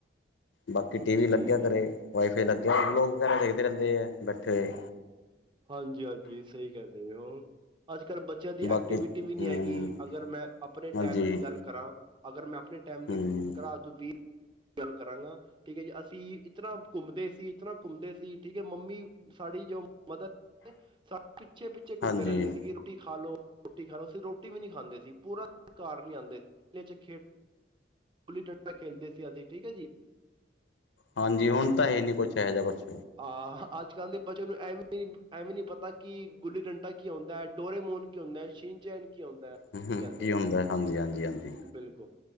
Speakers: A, on the left; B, on the right.
A: ਬਾਕੀ ਟੀ ਵੀ
B: ਜੀ
A: ਲੱਗਿਆ ਘਰੇ ਵਾਈਫਾਈ ਲੱਗਿਆ ਹੈ ਵਲੋਗ ਵਗੈਰਾ ਦੇਖਦੇ ਰਹਿੰਦੇ ਆ ਬੈਠੇ ਏ
B: ਹਾਂਜੀ -ਹਾਂਜੀ ਸਹੀ ਕਹਿੰਦੇ ਪਏ ਔ, ਅੱਜ ਕੱਲ ਬ ਬਚੇਆਂ ਦੀ
A: ਬਾਕੀ
B: ਐਕਟੀਵਿਟੀ ਵੀ ਨਹੀਂ
A: ਹੂੰ
B: ਹੈਗੀ, ਅਗਰ ਮੈਂ ਆਪਣੇ
A: ਹਾਂਜੀ
B: ਟਾਈਮ ਦੀ ਗੱਲ ਕਰਾਂ ਅਗਰ ਮੈਂ ਆਪਣੇ ਟਾਈਮ ਦੀ
A: ਹੂੰ
B: ਗੱਲ ਕਰਾ ਤਾਂ ਵੀ ਗੱਲ ਕਰਾਂਗਾ ਠੀਕ ਹੈ ਜੀ, ਅਸੀਂ ਇਤਨਾ ਘੁੰਮਦੇ ਸੀ, ਇਤਨਾ ਘੁੰਮਦੇ ਸੀ, ਠੀਕ ਹੈ ਮੰਮੀ ਸਾਡੀ ਜੋ ਮਦਰ, ਸਾਡੇ ਪਿੱਛੇ ਪਿੱਛੇ ਘੁੰਮਦੇ
A: ਹਾਂਜੀ
B: ਰਹਿੰਦੇ ਸੀ ਕਿ ਰੋਟੀ ਖਾ ਲੋ, ਰੋਟੀ ਖਾ ਲੋ, ਅਸੀਂ ਰੋਟੀ ਵੀ ਨੀ ਖਾਂਦੇ ਸੀ ਪੂਰਾ ਦਿਨ ਘਾਰ ਨੀ ਆਉਂਦੇ ਸੀ ਚ ਖੇਡ ਗੁਲੀ ਡੰਡਾ ਖੇਲਦੇ ਸੀ ਅਸੀਂ, ਠੀਕ ਹੈ ਜੀ
A: ਹਾਂਜੀ ਹੁਣ ਤਾਂ ਹੈ ਹੀ ਨਹੀਂ ਕੁਛ, ਇਹੋ ਜਿਹਾ ਕੁਛ
B: ਆਹ ਅੱਜ ਕੱਲ੍ਹ ਦੇ ਬੱਚੇ ਨੂੰ ਐਵੇਂ, ਐਵੇਂ ਨੀ ਪਤਾ ਕਿ ਗੁੱਲੀ ਡੰਡਾ ਕੀ ਹੌਂਦਾ ਹੈ ਡੋਰੇਮੋਨ ਕੀ ਹੁੰਦਾ ਹੈ, ਸ਼ੀਨ ਚੈਨ ਕੀ ਹੁੰਦਾ, ਕੀ
A: ਹੂੰ
B: ਕਹਿੰਦੇ
A: ਹੁੰਦਾ
B: ਉਹ
A: ਹੈ ਹਾਂਜੀ ਹਾਂਜੀ ਹਾਂਜੀ
B: ਬਿਲਕੁਲ